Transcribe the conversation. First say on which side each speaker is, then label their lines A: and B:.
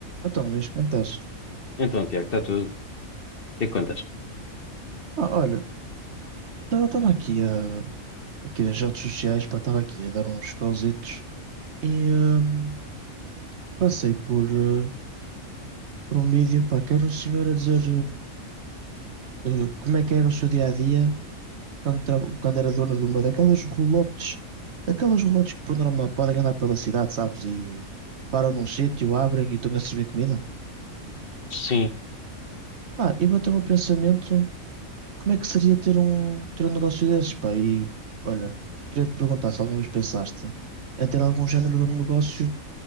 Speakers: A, on the right (about 55°); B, on the left (about 45°).
A: Então, Luís, como é que estás?
B: Então, Tiago, está tudo. O que é que contas?
A: Ah, olha, estava aqui a, aqui nas redes sociais, pá, estava aqui a dar uns scrollzitos e hum, passei por, eh, por um vídeo, pá, que era um senhor a dizer eh, eh, como é que era o seu dia-a-dia quando, tra- quando era dono de uma daquelas rolotes, aquelas rolotes que por norma podem andar pela cidade, sabes? E param num sítio, abrem e estão a servir comida.
B: Sim,
A: Ah, e bateu-me o pensamento Como é que seria ter um, ter um negócio desses, pá? E olha, queria te perguntar se alguma vez pensaste em ter algum género de um negócio